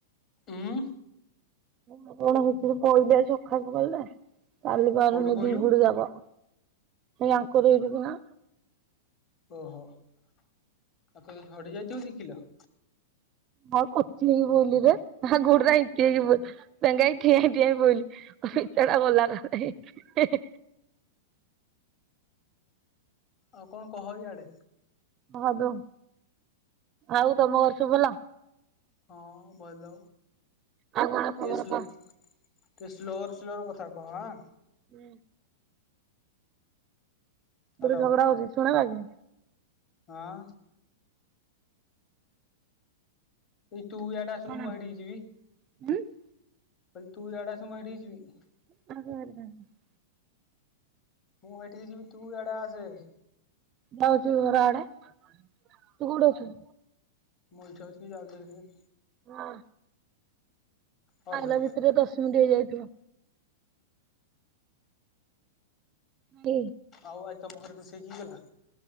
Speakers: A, on the left; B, on the right.
A: ଉଁ
B: କଣ କଣ ହେଇଚି ସକାଳୁ ସକାଳୁ ଯେ <unintelligible> ଚାଲି ପାରୁନି
A: କୋଉଠୁ କହିଲୁ
B: ଦିଗୁଡ ଯାକ। ଆଙ୍କର ଏଇଠି କିଆଁ।
A: ଓହୋ ଆଉ ତୁ ଝଡି ଯାଇଥିବୁ ଦି କିଲ।
B: ହଁ କଚିକି ପଇଲି ରେ ଆ ଗୋଡରା ହେଇତି ହେଇକି ପଇ ପେଙ୍ଗା ହେଇ ଠିଆ ହେଇ ଠିଆ ହେଇ ପଇଲି ଅ ପିଚା ରା ଗଲା ଆ ହେ ହେ।
A: ଆଉ କଣ କହ ଇଆଡେ।
B: ହ ଦୋ ଆଉ ତମ ଘରେ ସବୁ ଭଲ।
A: ହଁ ବଲ
B: ଆଉ କଣ ଖବର
A: ଟେଷ୍ଟ
B: କହ
A: ର ଟିକେ ସ୍ଲୋରେ ସ୍ଲୋରେ କଥା କହ ଆଁ।
B: ହୁଁ।
A: ହ୍ୟାଲୋ
B: ଗୋଟେ ଝଗଡ଼ା ହଉଚି ଶୁଣା ଯାଉଚି।
A: ହଁ। ଏଇ ତୁ ଇଆଡେ ଆସୁନୁ
B: କଣ
A: ମୁଁ ହେଠିକି ଯିବି।
B: <unintelligible>
A: କହିଲି ତୁ ଇଆଡ଼େ ଆସେ ମୁଁ ହେଠିକି ଯିବି।
B: <unintelligible>
A: ମୁଁ ହେଇଠିକି ଯିବି ତୁ ଇଆଡେ ଆସେ ହେରି।
B: ଯାଉଚି ଘର ଆଡେ ତୁ କୋଉଠି ଅଛୁ?
A: ମୁଁ ଏଇଠି ଅଛି ଯାଉଛି ହେରି।
B: ହଁ।
A: ହଉ
B: ଆଇଲା
A: ସେ
B: ଭିତରେ ଦଶ ମିନିଟ୍ ହେଇଯାଇଥିବ। ହୁଁ।
A: ଆଉ ଆଜି ତମ ଘରେ ରୋଷେଇ କିଏ କଲା?